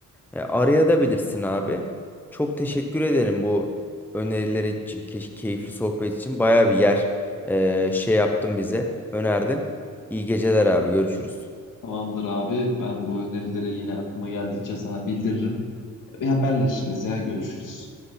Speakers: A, in the centre; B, on the left.
A: E, araya da bilirsin abi. Çok teşekkür ederim bu öneriler için, key- keyifli sohbet için. Baya bir yer e, şey yaptın bize, önerdin. İyi geceler abi, görüşürüz.
B: Tamamdır abi. Ben bu önerileri yine aklıma geldikçe sana bildiririm. Bir haberleşiriz ya. Görüşürüz.